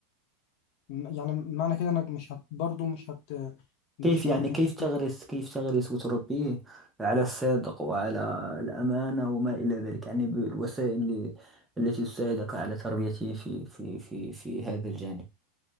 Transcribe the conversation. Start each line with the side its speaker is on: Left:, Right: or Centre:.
Left: م- يعني معنى كده انك مش هت برضه مش هت مش
Centre: كيف يعني
Left: ه- مش
Centre: كيف
Left: هت
Centre: تغرس كيف تغرس وتربيه على الصدق وعلى الأمانة وما إلى ذلك يعني بالوسائل اللي التي تساعدك على تربيته في في في في هذا الجانب